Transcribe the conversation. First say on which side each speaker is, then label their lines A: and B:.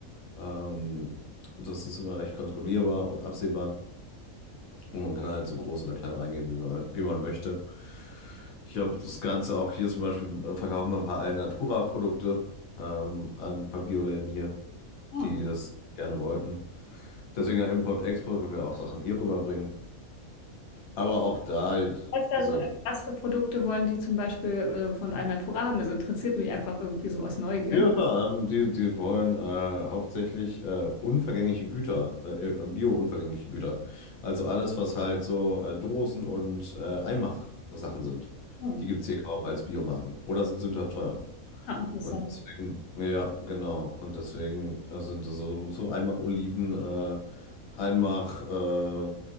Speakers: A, on the left (about 75°); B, on the left (about 60°).
A: Ähm, das ist immer recht kontrollierbar und absehbar. Und man kann halt so groß oder klein reingehen, wie man, wie man möchte. Ich habe das Ganze auch hier zum Beispiel, äh, verkaufen wir ein paar Alnatura-Produkte ähm, an ein paar Bioläden hier,
B: Ah.
A: die das gerne wollten. Deswegen ja Import-Export, weil wir auch Sachen hier rüberbringen. Aber auch da, ich,
B: Was da
A: also
B: so, also was für Produkte wollen die zum Beispiel äh, von Alnatura haben? Also interessiert mich einfach irgendwie so aus Neugier.
A: Ja, klar, ähm, die, die wollen äh, hauptsächlich äh, unvergängliche Güter, äh, äh, bio-unvergängliche Güter. Also alles, was halt so äh, Dosen und äh, Einmachsachen sind.
B: Hm.
A: Die gibt es hier kaum als Biomarken oder sind sündhaft teurer.
B: Ja, Interessant.
A: Und deswegen, ja, genau. Und deswegen äh, sind das so, so einmach Oliven, äh, einmach, äh,